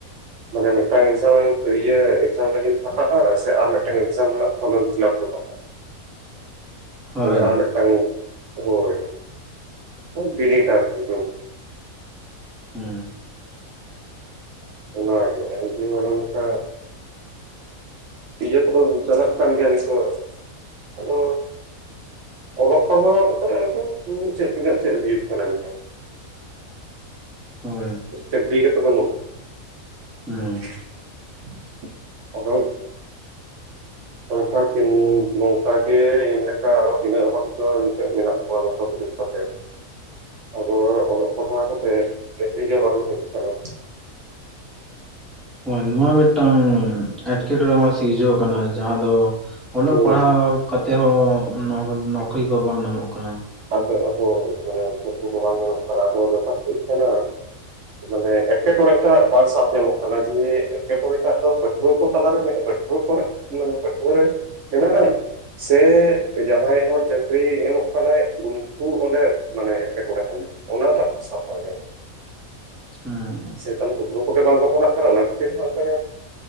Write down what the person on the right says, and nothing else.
ᱢᱟᱱᱮ ᱢᱤᱫᱴᱟᱝ ᱮᱠᱡᱟᱢ ᱤᱭᱟᱹ ᱮᱠᱡᱟᱢ ᱞᱟᱹᱜᱤᱫ ᱯᱷᱟᱠᱟᱜ-ᱟ? ᱥᱮ ᱟᱨ ᱢᱤᱫᱴᱟᱝ ᱮᱠᱡᱟᱢ ᱨᱮᱱᱟᱜ ᱯᱷᱚᱨᱚᱢ ᱮᱢ ᱯᱷᱤᱞᱟᱯ ᱯᱷᱚᱠᱟᱜ-ᱟ᱾
ᱟᱨ ᱢᱤᱫᱴᱟᱝ ᱦᱳᱭ ᱵᱤᱱᱤᱰ ᱟᱨᱠᱤ
ᱚᱱᱟ ᱜᱮ ᱟᱨ ᱡᱩᱫᱤ ᱚᱱᱮ ᱢᱤᱫᱴᱟᱝ ᱤᱭᱟᱹ ᱠᱚ ᱫᱚ ᱪᱟᱪᱟᱜ ᱠᱟᱱ ᱜᱮᱭᱟ ᱱᱤᱛᱚᱜ ᱟᱫᱚ ᱚᱞᱚᱜ ᱯᱟᱲᱦᱟᱣ ᱠᱟᱛᱮᱫ ᱫᱚ, ᱪᱮᱫ ᱛᱤᱱᱟᱹᱜ? ᱪᱮᱫ ᱦᱩᱭᱩᱜ ᱠᱟᱱᱟ? ᱱᱤᱛᱚᱜ ᱾
ᱪᱟᱠᱨᱤ ᱜᱮ ᱛᱚ ᱵᱟᱱᱩᱜ-ᱟ᱾
<unintelligible> ᱱᱚᱝᱠᱟ ᱜᱮ ᱱᱚᱝᱠᱟ ᱜᱮ ᱤᱧ ᱞᱮᱠᱟ ᱟᱨᱚ ᱛᱤᱱᱟᱹᱜ ᱦᱚᱲᱪᱚ ᱱᱤᱛᱚᱜ ᱢᱮᱱᱟᱜ ᱠᱚᱣᱟ, ᱱᱚᱝᱠᱟ ᱠᱚ ᱫᱩᱲᱩᱵ ᱠᱟᱛᱮᱜ᱾
ᱟᱫᱚ ᱚᱞᱚᱜ ᱯᱟᱲᱦᱟᱜ ᱠᱟᱛᱮᱜ ᱪᱟᱹᱠᱨᱤ ᱜᱮ ᱵᱟᱝ ᱦᱩᱭᱩᱜ ᱠᱟᱱᱟ᱾
ᱦᱩᱸ
ᱟᱫᱚ ᱟᱫᱚ ᱢᱟᱱᱮ ᱠᱤᱪᱷᱩ ᱫᱚ ᱵᱟᱝ ᱧᱮᱞᱚᱜ ᱠᱟᱱᱟ᱾ ᱟᱫᱚ ᱵᱮᱯᱟᱨ ᱪᱮᱫ ᱠᱟᱱᱟ? ᱢᱟᱱᱮ ᱮᱴᱠᱮᱴᱚᱲᱮ ᱴᱟᱜ ᱵᱟᱝ ᱥᱟᱵ ᱧᱟᱢᱚᱜ ᱠᱟᱱᱟ, ᱡᱮ ᱮᱴᱠᱮᱴᱚᱲᱮ ᱴᱟᱜ ᱫᱚ ᱯᱟᱹᱴᱷᱣᱟᱹ ᱠᱚ ᱛᱟᱞᱟᱨᱮ <inaudible> ᱦᱳᱭ ᱯᱚᱨᱮ ᱢᱟᱱᱮ ᱯᱟᱹᱴᱷᱩᱣᱟᱹ ᱨᱮ ᱢᱮᱱᱟᱜᱼᱟ? ᱥᱮ ᱡᱟᱦᱟᱸᱭ ᱦᱚᱲ ᱪᱟᱠᱨᱤ ᱮᱢᱚᱜ ᱠᱟᱱᱟᱭ ᱩᱱᱠᱩ ᱚᱸᱰᱮ ᱢᱟᱱᱮ ᱮᱴᱠᱮᱴᱚᱲᱮ ᱠᱚ ᱢᱮᱱᱟᱜ-ᱟ, ᱚᱱᱟ ᱴᱟᱜ ᱥᱟᱵ <unintelligible>
ᱥᱮ ᱛᱟᱦᱚᱞᱮ ᱯᱟᱹᱴᱷᱩᱣᱟ ᱠᱚᱜᱮ ᱵᱟᱝ ᱠᱚ ᱯᱟᱲᱦᱟᱜ ᱠᱟᱱᱟ᱾ ᱚᱱᱟ ᱠᱷᱟᱹᱛᱤᱨ ᱦᱚᱸ ᱚᱠᱚᱭ